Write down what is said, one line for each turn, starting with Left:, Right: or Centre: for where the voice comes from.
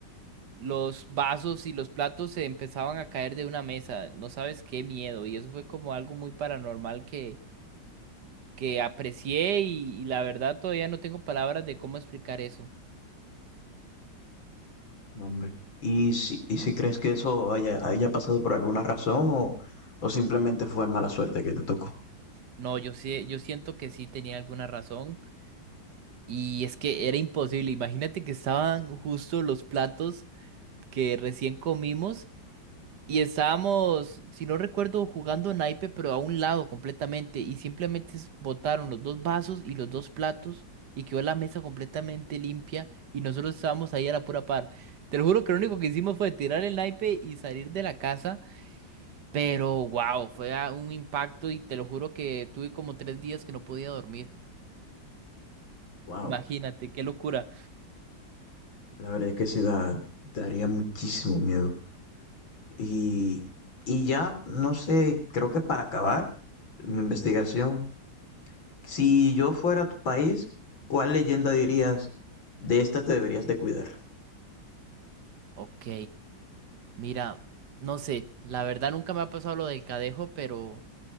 Right: los vasos y los platos se empezaban a caer de una mesa. No sabes qué miedo. Y eso fue como algo muy paranormal que, que aprecié y, y la verdad todavía no tengo palabras de cómo explicar eso.
Left: No, hombre. Y si, y si crees que eso haya, haya pasado por alguna razón o, o simplemente fue mala suerte que te tocó.
Right: No, yo sí, yo siento que sí tenía alguna razón. Y es que era imposible. Imagínate que estaban justo los platos que recién comimos y estábamos, si no recuerdo, jugando naipe, pero a un lado completamente. Y simplemente s- botaron los dos vasos y los dos platos y quedó la mesa completamente limpia y nosotros estábamos ahí a la pura par. Te lo juro que lo único que hicimos fue tirar el naipe y salir de la casa, pero wow, fue a- un impacto y te lo juro que tuve como tres días que no podía dormir.
Left: Wow,
Right: Imagínate, qué locura.
Left: la verdad es que sí da, daría muchísimo miedo. Y, y ya, no sé, creo que para acabar mi investigación, si yo fuera a tu país, ¿cuál leyenda dirías de estas te deberías de cuidar?
Right: Ok. Mira, no sé, la verdad nunca me ha pasado lo del cadejo, pero,